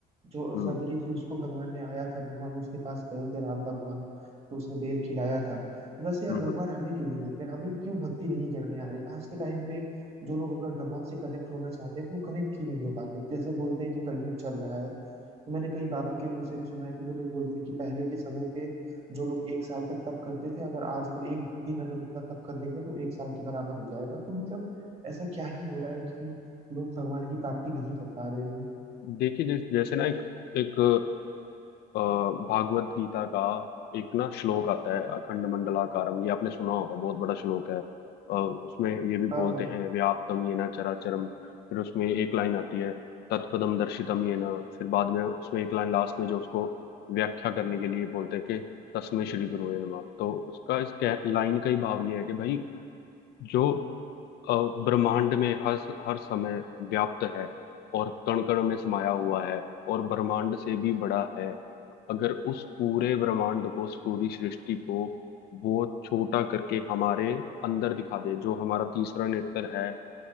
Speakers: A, on the right; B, on the left.
A: जो
B: हम्म
A: सबरी थी उसको भगवान ने आया था भगवान उसके पास गए थे राम भगवान तो उसने बेर खिलाया था तो वैसे यार
B: हम्म
A: भगवान
B: हम्म।
A: हमें क्यों नहीं दिख रहे हमें क्यों भक्ति नहीं करने आ रही आज के टाइम पे जो लोग अगर भगवान से कनेक्ट होना चाहते हैं तो वो कनेक्ट क्यों नहीं हो पाते जैसे बोलते हैं कि कलयुग चल रहा है तो मैंने कई बाबा के मुंह से भी सुना है कि वो लोग बोलते हैं कि पहले के समय पे जो लोग एक साल तक तप करते थे अगर आज वो एक दिन अगर उतना तप कर देंगे तो एक साल के बराबर हो जाएगा तो मतलब ऐसा क्या ही हो रहा है कि लोग भगवान की प्राप्ति नहीं कर पा रहे हैं
B: देखिए जैसे जैसे ना एक एक अ, भागवत गीता का एक ना श्लोक आता है अखंड मंडलाकारम ये आपने सुना होगा बहुत बड़ा श्लोक है अ, उसमें ये भी
A: हाँ
B: बोलते
A: हाँ
B: हैं व्याप्तम येन चराचरम फिर उसमें एक लाइन आती है तत्पदम दर्शितम येन फिर बाद में उसमें एक लाइन लास्ट में जो उसको व्याख्या करने के लिए बोलते हैं कि तस्मै श्री गुरुवे नमः तो उसका इस लाइन का ही भाव ये है कि भाई जो अ, ब्रह्मांड में हर हर समय व्याप्त है और कण कण में समाया हुआ है और ब्रह्मांड से भी बड़ा है अगर उस पूरे ब्रह्मांड को उस पूरी सृष्टि को वो छोटा करके हमारे अंदर दिखा दे जो हमारा तीसरा नेत्र है